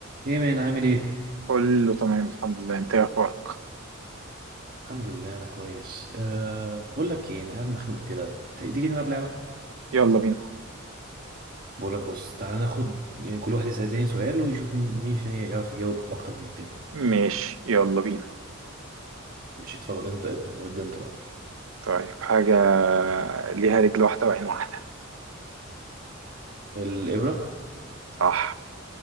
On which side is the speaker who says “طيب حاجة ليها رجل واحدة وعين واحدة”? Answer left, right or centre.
Right